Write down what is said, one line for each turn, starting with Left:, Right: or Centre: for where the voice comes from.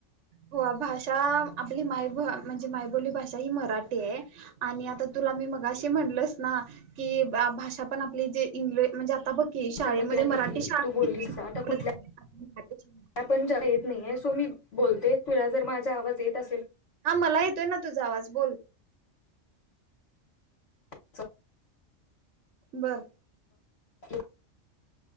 Right: हो भाषा आपली मायभ म्हणजे मायबोली भाषा ही मराठी आहे आणि आता तुला मी मग अे म्हणलस ना कि भाषा पण आपली जे इंग् म्हणजे आता बघ कि
Left: त्याच्यामुळे
Right: शाळेमध्ये
Left: त्या देखील
Right: मराठी शाळाितीडत
Left: तू बोललीस आता कुठल्या पण ज येत नाहीे सो मी बोलते तुला जर माझा आवाज येत असेल
Right: हा मला येतोय ना तुझा आवाज बोल
Left: असेल
Right: बरं
Left: ह